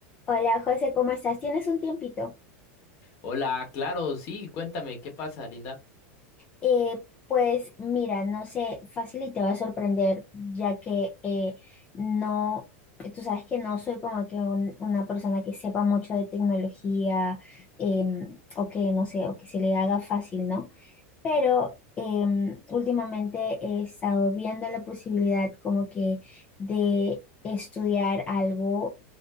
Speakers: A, on the left; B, on the left.
A: Hola José, ¿cómo estás? ¿Tienes un tiempito?
B: Hola, claro, sí, cuéntame, ¿qué pasa, Linda?
A: Eh, pues mira, no sé, fácil y te va a sorprender, ya que eh, no, tú sabes que no soy como que un- una persona que sepa mucho de tecnología em, o que no sé, o que se le haga fácil, ¿no? Pero em, últimamente he estado viendo la posibilidad como que de estudiar algo